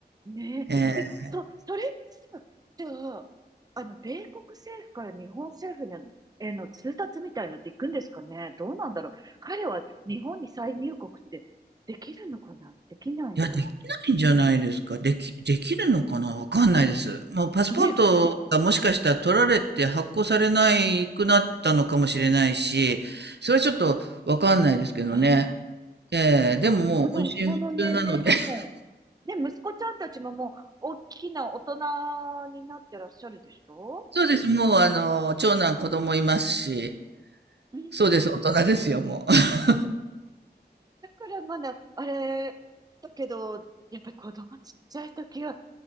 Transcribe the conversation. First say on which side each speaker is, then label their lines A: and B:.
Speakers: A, on the right (about 20°); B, on the right (about 80°).
A: ねえ。
B: ええ
A: で、そ、それってさ、じゃあ、あの、米国政府から日本政府へへの通達みたいのっていくんですかねどうなんだろう彼は日本に再入国ってできるのかなできないのかな
B: いや、できないんじゃないですか。でき、できるのかなわかんないです。もうパスポートがもしかしたら取られて発行されないくなったのかもしれないし、
A: ね、
B: それはちょっとわかんないですけどね。
A: ああ、
B: ええでももう音信不通なので。
A: ね、こ、子供の年齢がも
B: <laughs>
A: う、ね、息子ちゃんたちももう、大きな大人になってらっしゃるでしょ
B: そうです。もうあの、長男子供いますし、
A: うん
B: そうです。大人ですよ、もう。<laughs>
A: だからまだ、あれ、だけど、やっぱり子供ちっちゃい時は